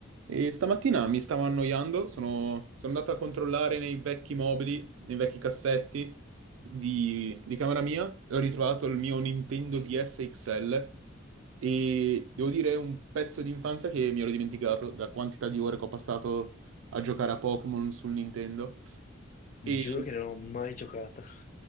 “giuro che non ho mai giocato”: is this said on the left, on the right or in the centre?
Left